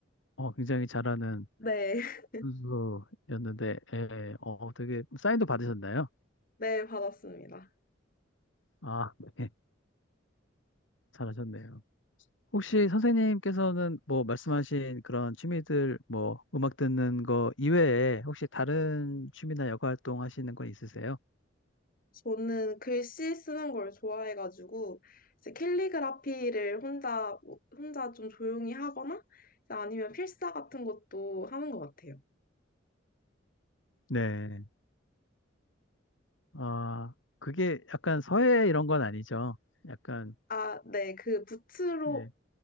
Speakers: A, on the left; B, on the left.
A: 어, 굉장히 잘하는
B: 네, <laughs>
A: 선수였는데, 예, 어, 되게 사인도 받으셨나요?
B: 네, 받았습니다.
A: 아, 네, 잘하셨네요. 혹시 선생님께서는 뭐 말씀하신 그런 취미들, 뭐 음악 듣는 거 이외에 혹시 다른 취미나 여가 활동 하시는 건 있으세요?
B: 저는 글씨 쓰는 걸 좋아해가지고 이제 캘리그라피를 혼자 혼자 좀 조용히 하거나 이제 아니면 필사 같은 것도 하는 것 같아요.
A: 네. 아, 그게 약간 서예 이런 건 아니죠. 약간,
B: 아, 네, 그 붓으로
A: 예,